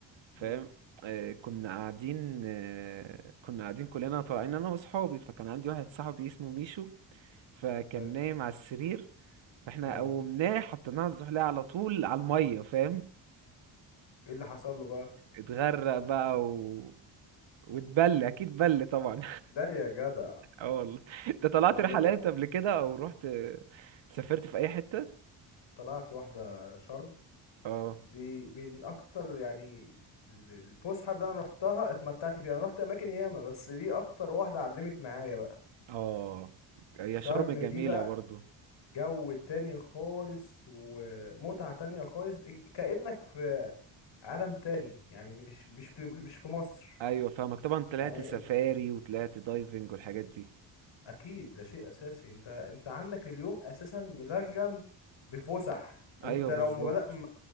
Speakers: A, on the right; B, on the left.
A: فاهم
B: مم.
A: آه كنا قاعدين آه كنا قاعدين كلنا طالعين انا واصحابي فكان عندي واحد صاحبي اسمه ميشو فكان
B: حلو
A: نايم على السرير فاحنا
B: اه
A: قومناه حطيناه على الزحليقه على طول على الميه فاهم
B: ايه اللي حصل له بقى
A: اتغرق بقى و... واتبل اكيد بل طبعا
B: لا يا جدع
A: اه والله <laughs> انت طلعت
B: خلي
A: رحلات
B: بقى
A: قبل كده او رحت سافرت في اي حتة
B: طلعت واحده شرم
A: اه
B: دي من اكتر يعني الفسحه اللي انا روحتها اتمتعت فيها انا روحت اماكن ياما بس دي اكتر واحده علمت معايا بقى
A: اه هي
B: شرم
A: شرم جميلة
B: دي بقى
A: برضو
B: جو تاني خالص ومتعه تانية خالص كأنك في عالم تاني يعني مش مش في مش في مصر
A: ايوه فاهمك طبعا طلعت
B: يعني
A: سفاري وطلعت دايفنج والحاجات دي
B: اكيد ده شيء اساسي انت انت عندك اليوم اساسا ملغم بفسح انت
A: ايوه
B: لو
A: بالظبط
B: ما بدأ